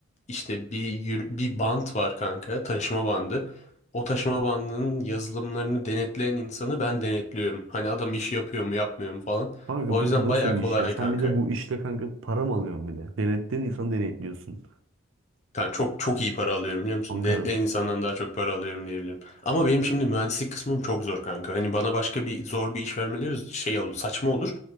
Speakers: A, on the left; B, on the right.
A: işte bir yür- bir bant var kanka, taşıma bandı. O taşıma bandının yazılımlarını denetleyen insanı ben denetliyorum. Hani adam işi yapıyor mu, yapmıyor mu falan.
B: Kanka
A: O
B: bu
A: yüzden
B: nasıl
A: bayağı
B: bir
A: kolay
B: iş ya? Sen
A: kanka.
B: bir de bu işle kanka para mı alıyorsun bir de? Denetleyen insanı denetliyorsun.
A: Yani çok çok iyi para alıyorum biliyor musun?
B: Kanka,
A: Denetleyen insandan daha çok para alıyorum diyebilirim. Ama benim şimdi mühendislik kısmım çok zor kanka. Hani bana başka bir zor bir iş vermeleri şey olur, saçma olur.